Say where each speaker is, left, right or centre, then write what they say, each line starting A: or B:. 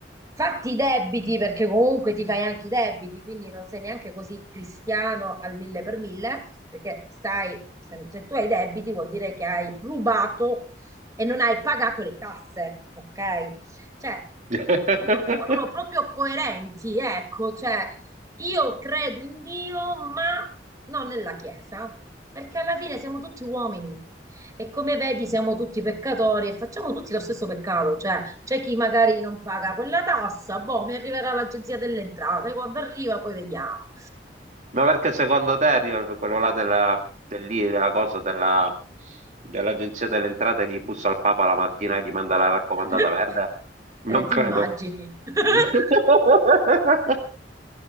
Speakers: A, on the right; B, on the right.
A: fatti i debiti perché comunque ti fai anche i debiti, quindi non sei neanche così cristiano al mille per mille, perché stai, se, se tu hai i debiti vuol dire che hai rubato e non hai pagato le tasse, ok? Cioè,
B: <laughs>
A: non sono proprio coerenti, ecco, cioè io credo in Dio, ma non nella Chiesa, perché alla fine siamo tutti uomini. E come vedi, siamo tutti peccatori e facciamo tutti lo stesso peccato, cioè c'è chi magari non paga quella tassa, boh, mi arriverà l'agenzia delle entrate, quando arriva poi vediamo.
B: Ma perché secondo te arriva quello là della, dell'I- della cosa della- dell'agenzia delle entrate gli bussa al Papa la mattina e gli manda la raccomandata
A: <laughs>
B: verde? Non
A: Eh,
B: credo.
A: ti immagini. <laughs>
B: <laughs>